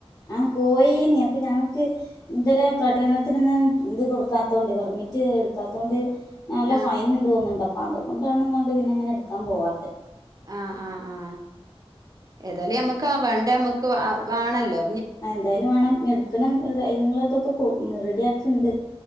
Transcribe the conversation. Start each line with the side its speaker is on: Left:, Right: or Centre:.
Left: ആഹ പോയന അപ്പൊ ഞങ്ങക്ക് എന്തരം കഠനത്തിൽൊന്നും ഇത് കൊടുക്കാത്തതുകൊണ്ട് പെർമിറ്റ് എടുക്കാത്തത കൊണ്ട് നല്ല
Right: ആഹ്
Left: ഫൈൻുണ്ട്തോന്നുണ്ട് അം അപ്പൊ അതുകൊണ്ടാണ്ണ്ട് ഇന്ന ഇങ്ങനെ എടുക്കാൻ പോവാത്
Right: ആ ആ് ആ ഏതായാലും മ്മക്ക് ആ വേണ്ട നമ്മുക്ക് വേണല്ലോ
Left: ആ എന്തായാലും വേണം എടുക്കണം നിങ്ങള ഇതൊക്കെ റെഡിയാക്കിണ്ട്